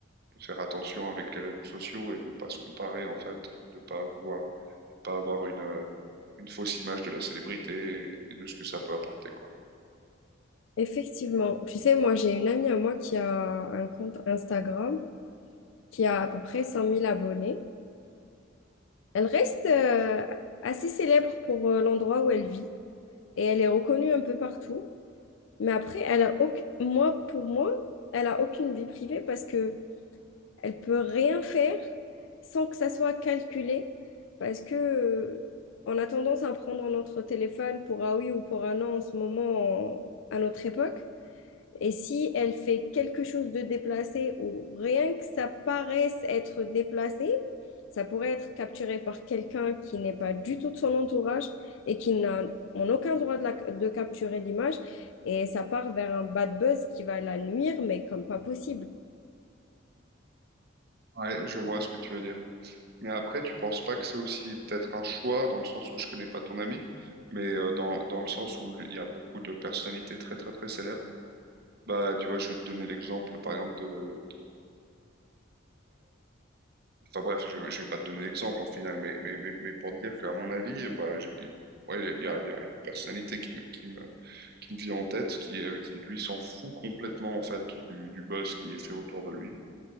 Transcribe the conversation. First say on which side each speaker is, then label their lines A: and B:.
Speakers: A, on the right; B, on the left.
A: de faire attention avec les réseaux sociaux et de pas se comparer en fait, de pas vouloir pas avoir une, euh, une fausse image de la célébrité et, et de ce que ça peut apporter, quoi.
B: Effectivement, tu sais, moi j'ai une amie à moi qui a un compte Instagram qui a à peu près cent mille abonnés. Elle reste euh, assez célèbre pour euh, l'endroit où elle vit et elle est reconnue un peu partout. Mais après, elle a aucune... moi, pour moi, elle a aucune vie privée parce que elle peut rien faire sans que ça soit calculé. Parce que euh, on a tendance à prendre notre téléphone pour un oui ou pour un non en ce moment, en- à notre époque. Et si elle fait quelque chose de déplacé ou rien que ça paraisse être déplacé, ça pourrait être capturé par quelqu'un qui n'est pas du tout de son entourage et qui n'a en aucun droit de, la- de capturer l'image. Et ça part vers un bad buzz qui va la nuire, mais comme pas possible.
A: Ouais, je vois ce que tu veux dire. Mais après, tu penses pas que c'est aussi peut-être un choix, dans le sens où je connais pas ton ami, mais euh, dans, dans le sens où il y a beaucoup de personnalités très très très célèbres. Bah, tu vois, je vais te donner l'exemple, par exemple, de, Enfin bref, je, je vais pas te donner l'exemple en finale, mais, mais, mais, mais pour te dire qu'à mon avis, bah, j'ai- ouais, il y a, il y a une personnalité qui me, qui me, qui me vient en tête, qui, euh, qui lui s'en fout complètement en fait du, du buzz qui est fait autour de lui.